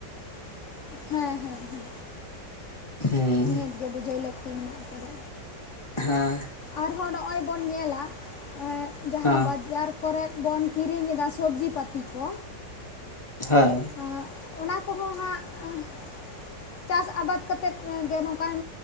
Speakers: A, on the left; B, on the left.
A: ᱦᱮᱸ ᱦᱮᱸ ᱦᱮᱸ᱾
B: ᱦᱩᱸ
A: ᱱᱤᱦᱟᱹᱛ ᱜᱮ ᱵᱩᱡᱷᱟᱹᱣ ᱞᱟᱹᱠᱛᱤ ᱢᱮᱱᱟᱜ ᱟᱠᱟᱫᱟ᱾
B: ᱦᱮᱸ ᱾
A: ᱟᱨᱦᱚᱸ ᱱᱚᱜ-ᱚᱭ ᱵᱚᱱ ᱧᱮᱞᱟ ᱮᱸᱜ ᱡᱟᱦᱟᱸ
B: ᱦᱮᱸ
A: ᱵᱟᱡᱟᱨ ᱠᱚ ᱨᱮᱫᱚ ᱵᱚᱱ ᱠᱤᱨᱤᱧ ᱮᱫᱟ ᱥᱚᱵᱽᱡᱤ ᱯᱟᱹᱛᱤ ᱠᱚ
B: ᱦᱮᱸ᱾
A: ᱟᱸᱜ ᱚᱱᱟ ᱠᱚ ᱦᱚᱸ ᱦᱟᱸᱜ ᱪᱟᱥ ᱟᱵᱟᱫ ᱠᱟᱛᱮᱫ ᱜᱮ ᱱᱚᱝᱠᱟᱱ